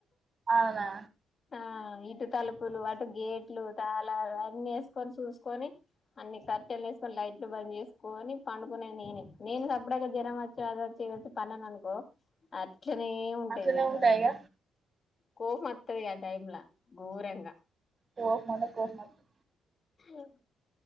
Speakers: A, on the right; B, on the left.
A: అవున
B: ఆ ఇటు తలుపులు అటు గేట్లు తాళాలు అన్నీ వేసుకొని చూసుకొని అన్ని కర్టెన్లు వేసుకొని లైట్లు బంద్ చేసుకొని పండుకునేది నేనే నేను <unintelligible> జ్వరం అది వచ్చి ఇది వచ్చి పన్నననుకో అట్లానే. ఉంటాయి
A: అట్లనే
B: తెలుసా
A: ఇగ
B: కోపం వత్తది ఆ టైమ్లా ఘోరంగా
A: కోపం అంటే కోపం వస్
B: ఆ.